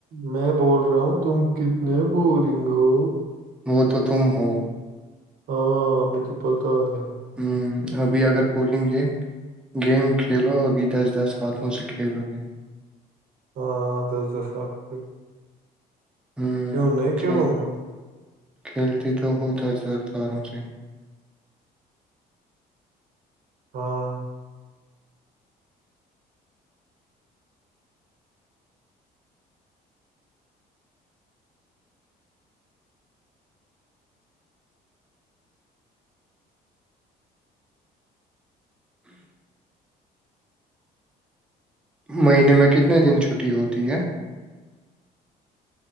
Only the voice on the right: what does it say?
میں بول رہا ہوں تم کتنے بورنگ ہو
ہاں مجھے پتا ہے
ہاں دس دس سات ر
کیوں نہیں کہہ
لوں گا
ہاں